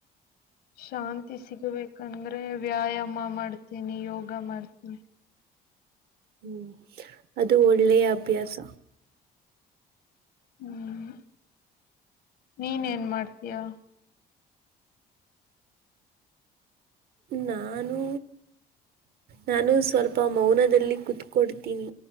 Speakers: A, on the left; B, on the right.
A: ಶಾಂತಿ ಸಿಗಬೇಕಂದ್ರೆ ವ್ಯಾಯಾಮ ಮಾಡ್ತೀನಿ ಯೋಗ ಮಾಡ್ತೀನಿ
B: ಹ್ಮ್ ಅದು ಒಳ್ಳೆಯ ಅಭ್ಯಾಸ
A: ಹ್ಮ್ ನೀನ್ ಏನ್ ಮಾಡ್ತೀಯಾ
B: ನಾನು ನಾನು ಸ್ವಲ್ಪ ಮೌನದಲ್ಲಿ ಕುೂತ್ಕೊಡ್ತೀನ್